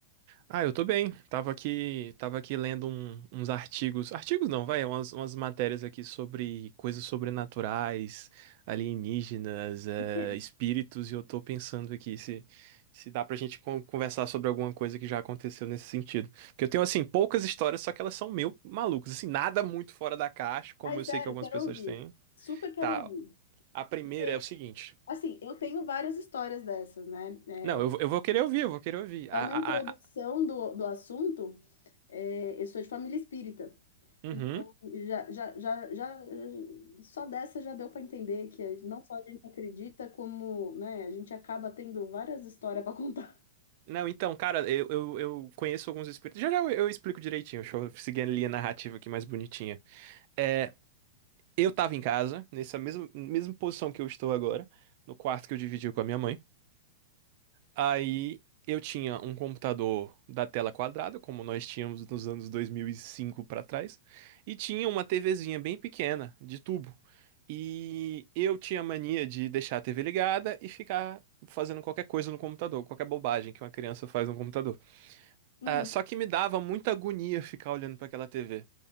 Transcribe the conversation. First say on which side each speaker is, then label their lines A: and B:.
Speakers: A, on the right; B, on the left.
A: Ah, eu tô bem. Tava aqui, tava aqui lendo um- uns artigos. Artigos não, vai, umas, umas matérias aqui sobre coisas sobrenaturais, alienígenas, eh,
B: <laughs>
A: espíritos, e eu tô pensando aqui se, se dá pra gente con- conversar sobre alguma coisa que já aconteceu nesse sentido. Porque eu tenho, assim, poucas histórias, só que elas são meio malucas. Assim, nada muito fora da caixa, como
B: Ai, sério,
A: eu sei que algumas
B: quero
A: pessoas
B: ouvir.
A: têm.
B: Super quero
A: Tá,
B: ouvir.
A: a primeira
B: Porque,
A: é o seguinte.
B: assim, eu tenho várias histórias dessas, né? É,
A: Não, eu, vou- eu vou querer ouvir, eu vou querer ouvir. A,
B: só uma
A: a,
B: introdução
A: a- a-
B: do, do assunto, é, eu sou de família espírita.
A: Uhum.
B: Então, já, já, já, já, só dessa já deu para entender que não só a gente acredita, como, né, a gente acaba tendo várias histórias para contar.
A: Não, então, cara, eu, eu, eu conheço alguns espíritos. Já já eu, eu explico direitinho. Deixa eu seguir a linha narrativa aqui mais bonitinha. É, eu tava em casa, nessa mesma, mesma posição que eu estou agora, no quarto que eu dividi com a minha mãe. Aí eu tinha um computador da tela quadrada, como nós tínhamos nos anos 2005 pra trás, e tinha uma TVzinha bem pequena, de tubo. E eu tinha mania de deixar a TV ligada e ficar fazendo qualquer coisa no computador, qualquer bobagem que uma criança faz no computador.
B: Uhum,
A: Ah, só que me dava muita agonia ficar olhando pra aquela TV.